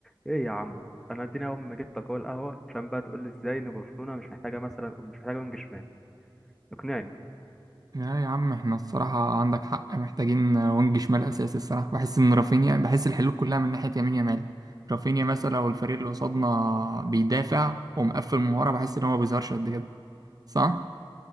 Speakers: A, in the centre; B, on the right.
A: ايه يا عم انا اديني اول ما جبتك اهو القهوه عشان بقى تقول لي ازاي ان برشلونه مش محتاجه مثلا مش محتاجه وينج شمال اقنعني
B: لا يا عم احنا الصراحة عندك حق محتاجين وينج شمال أساسي الصراحة بحس إن رافينيا بحس الحلول كلها من ناحية يمين يمال رافينيا مثلا لو الفريق اللي قصادنا بيدافع ومقفل من ورا بحس إن هو ما بيظهرش قد كده صح؟